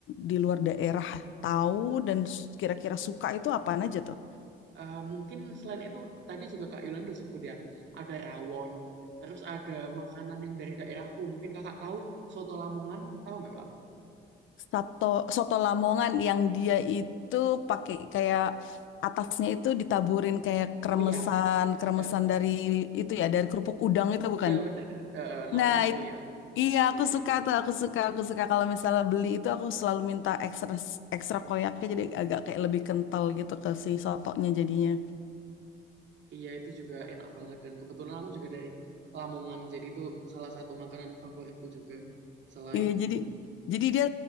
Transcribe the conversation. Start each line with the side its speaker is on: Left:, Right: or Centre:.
Left: di luar daerah tahu dan s- kira-kira suka itu apaan aja tuh?
Right: Eh, mungkin selain itu tadi juga Kak Yolanda sebut ya ada rawon terus ada makanan yang dari daerahku mungkin kakak tahu soto Lamongan tahu nggak kak
Left: Soto soto Lamongan yang dia itu pakai kayak atasnya itu ditaburin kayak kremesan,
Right: Koya
Left: kremesan
Right: iya
Left: dari itu ya dari kerupuk udang itu bukan?
Right: iya benar Eh, eh, namanya
Left: Nah,
Right: Koya
Left: it- iya
Right: iya
Left: aku suka
Right: iya
Left: tuh, aku suka, aku suka kalau misalnya beli itu aku selalu minta ekstra ekstra koyaknya jadi agak kayak lebih kental gitu ke si sotonya jadinya.
Right: iya itu juga enak banget dan kebetulan aku juga dari Lamongan jadi itu salah satu makanan favoritku juga selain
Left: Iya, jadi jadi dia